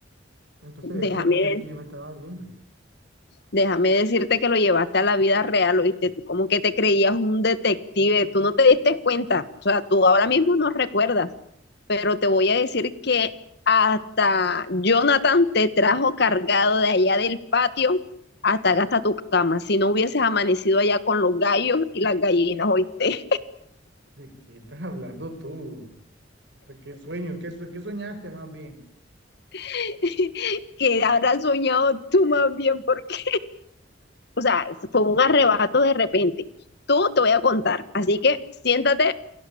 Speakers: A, on the right; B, on the left.
A: Entonces,
B: Déjame,
A: esa era la serie que yo me estaba viendo.
B: déjame decirte que lo llevaste a la vida real, ¿oíste? Tú como que te creías un detective, tú no te diste cuenta. O sea, tú ahora mismo no recuerdas. pero te voy a decir que hasta Jonathan te trajo cargado de allá del patio hasta acá hasta tu cama. Si no hubieses amanecido allá con los gallos y las gallinas, oíste.
A: ¿De qué estás hablando tú? ¿De qué sueño? ¿Qué, sue- qué soñaste más bien?
B: <laughs> que habrás soñado tú más bien, porque, o sea, fue un arrebato de repente. Tú te voy a contar, así que siéntate,